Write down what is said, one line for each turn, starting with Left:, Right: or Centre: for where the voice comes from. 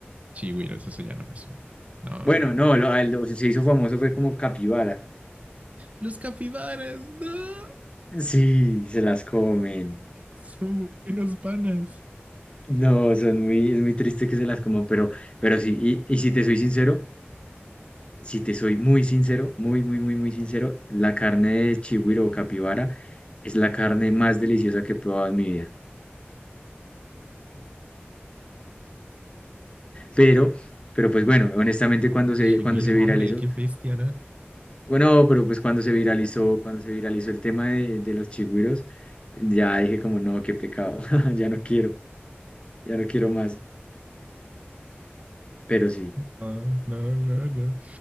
Right: Chigüiros, eso ya no me suena. No,
Left: Bueno,
Right: no,
Left: no,
Right: no.
Left: lo, a- lo- se hizo famoso fue como capibara.
Right: Los capibaras, no.
Left: Sí, se las comen.
Right: Son buenos panas.
Left: No, son muy, es muy triste que se las coman, pero, pero sí, y, y si te soy sincero, si te soy muy sincero, muy, muy, muy, muy sincero, la carne de chigüiro o capibara es la carne más deliciosa que he probado en mi vida. Pero, pero pues bueno, honestamente cuando se,
Right: Chigüiro,
Left: cuando se
Right: no,
Left: viralizó,
Right: hombre, qué bestia, ¿no?
Left: Bueno, pero pues cuando se viralizó, cuando se viralizó el tema de, de los chigüiros, ya dije como, no, qué pecado, <laughs> ya no quiero, ya no quiero más, pero sí.
Right: No, no, no, no.